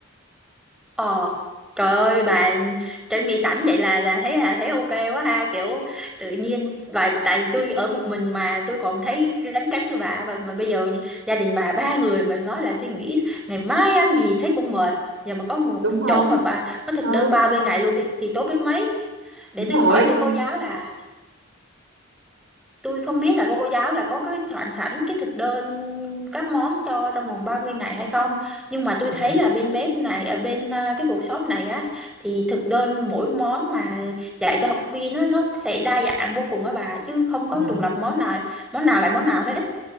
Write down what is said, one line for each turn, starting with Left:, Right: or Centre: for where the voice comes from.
Centre: ờ trời ơi bà chuẩn bị sẵn vậy là là thấy là thấy ok quá ha kiểu tự nhiên bà tại vì tôi ở một mình mà tôi còn thấy lấn cấn như bà và mà bây giờ gia đình bà ba người mà nói là suy nghĩ ngày mai ăn gì thấy cũng mệt giờ mà có một
Right: đúng không
Centre: chỗ mà bà có thực
Right: ừ
Centre: đơn bao bên ngày luôn thì thì tốt biết mấy để
Right: đúng
Centre: tôi
Right: rồi
Centre: hỏi thử cô giáo là tôi không biết là cô giáo là có cái soạn sẵn cái thực đơn các món cho trong vòng 30 ngày hay không nhưng mà tôi
Right: ừ.
Centre: thấy là bên bếp này ở bên à, cái workshop này á thì thực đơn mỗi món mà dạy cho học viên á nó sẽ đa dạng vô cùng á bà chứ không có
Right: Ừ.
Centre: trùng lặp món nào món nào lại món nào hết